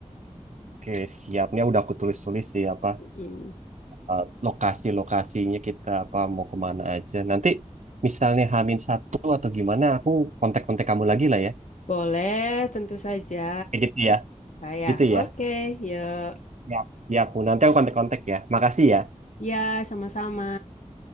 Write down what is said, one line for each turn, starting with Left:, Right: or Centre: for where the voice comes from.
Right: Oke, siapnya udah aku tulis-tulis sih apa
Left: Mm.
Right: eh, lokasi-lokasinya kita apa mau kemana aja. Nanti misalnya Hamin satu atau gimana, aku kontak-kontak kamu lagi lah ya.
Left: Boleh, tentu saja.
Right: Kayak gitu ya,
Left: Bayah.
Right: gitu
Left: Oke,
Right: ya.
Left: yuk.
Right: Ya, ya Bu. Nanti aku kontak-kontak ya. Makasih ya.
Left: Ya, sama-sama.